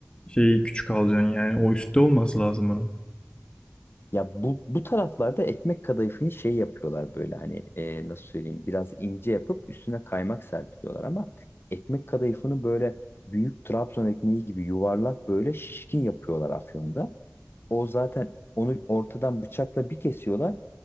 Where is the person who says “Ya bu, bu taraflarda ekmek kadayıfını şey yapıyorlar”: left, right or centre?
Left